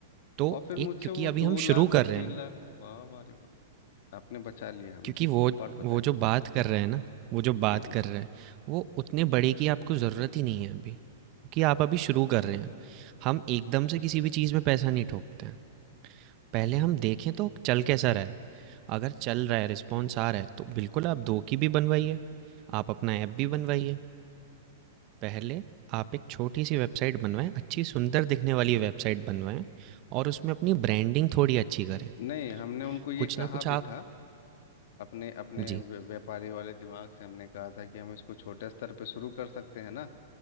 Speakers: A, on the right; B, on the left.
A: तो
B: और फिर मुझसे
A: एक क्योंकि
B: वो
A: अभी
B: दो
A: हम
B: लाख
A: शुरू
B: और
A: कर रहे
B: तीन
A: हैं,
B: लाख वाह वाह रे वाह आपने बचा लिया हमें
A: क्योंकि वो
B: और बताया
A: वो जो बात कर रहे हैं ना, वो जो बात
B: जी जी
A: कर रहे हैं, वो उतने बड़े की आपको ज़रूरत ही नहीं है अभी, क्योंकि आप अभी शुरू कर रहे हैं। हम एकदम से किसी भी चीज़ में पैसा नहीं ठोकते हैं, पहले
B: जी
A: हम देखें तो चल कैसा रहा है। अगर चल रहा है, रिस्पॉन्स आ रहा है, तो बिल्कुल आप 2 की भी बनवाइए, आप अपना ऐप भी बनवाइए। पहले आप एक छोटी-सी वेबसाइट बनवाएँ, अच्छी सुंदर दिखने वाली वेबसाइट बनवाएँ और उसमें अपनी ब्रांडिंग थोड़ी अच्छी करें।
B: नहीं हमने उनको ये
A: कुछ
B: कहा
A: ना कुछ
B: भी
A: आप
B: था अपने अपने
A: जी,
B: व्य- व्यापारी वाले दिमाग से हमने कहा था कि हम इसको छोटे स्तर पे शुरू कर सकते हैं ना